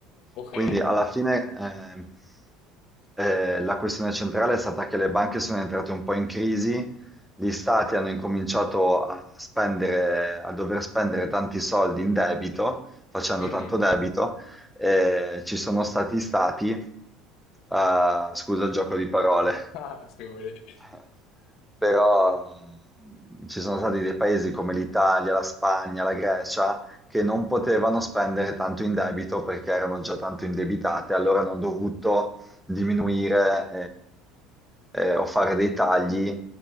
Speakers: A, on the left; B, in the centre.
A: Ok.
B: Quindi alla fine eh, eh, la questione centrale è stata che le banche sono entrate un po' in crisi gli stati hanno incominciato a spendere, a dover spendere tanti soldi in debito, facendo
A: Mhm.
B: tanto debito, e ci sono stati stati, eh, scusa il gioco di parole,
A: <laughs> Ah, figurati.
B: <laughs> però mm, ci sono stati dei paesi come l'Italia, la Spagna, la Grecia, che non potevano spendere tanto in debito perché erano già tanto indebitate, allora hanno dovuto diminuire eh, eh, o fare dei tagli